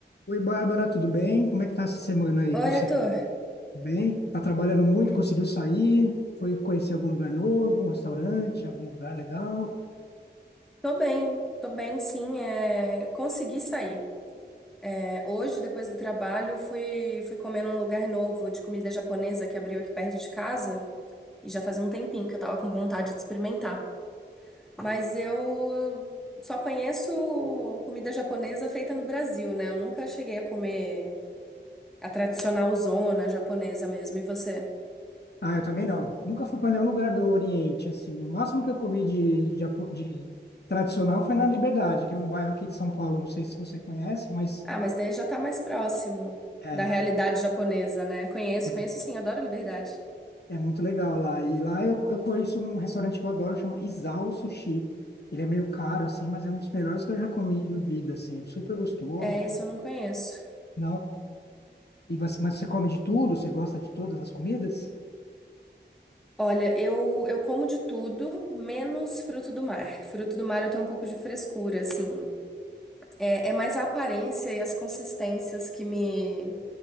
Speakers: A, on the left (about 65°); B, in the centre.
A: Oi, Bárbara, tudo bem? Como é que tá essa semana aí?
B: Oi,
A: Conseguiu
B: Arthur.
A: bem? Tá trabalhando muito? Conseguiu sair? Foi conhecer algum lugar novo, um restaurante, algum lugar legal?
B: Tô bem, tô bem, sim. É... Consegui sair. É, hoje, depois do trabalho, fui, fui comer num lugar novo de comida japonesa que abriu aqui perto de casa. E já fazia um tempinho que eu tava com vontade de experimentar. Mas eu só conheço comida japonesa feita no Brasil, né? Eu nunca cheguei a comer a tradicional zona japonesa mesmo. E você?
A: Ah, eu também não. Nunca fui para nenhum lugar do Oriente, assim. O máximo que eu comi de, japo- de tradicional foi na Liberdade, que é um bairro aqui de São Paulo. Não sei se você conhece, mas
B: Ah, mas daí já tá mais próximo
A: é,
B: da realidade japonesa, né? Conheço,
A: é
B: conheço sim, adoro liberdade.
A: é muito legal lá. E lá eu, eu conheço um restaurante que eu adoro, chama Isao Sushi. Ele é meio caro, assim, mas é um dos melhores que eu já comi na vida, assim. Super gostoso.
B: É, isso eu não conheço.
A: Não, E você, mas você come de tudo? Você gosta de todas as comidas?
B: Olha, eu, eu como de tudo, menos fruto do mar. Fruto do mar eu tenho um pouco de frescura, assim. É, é mais a aparência e as consistências que me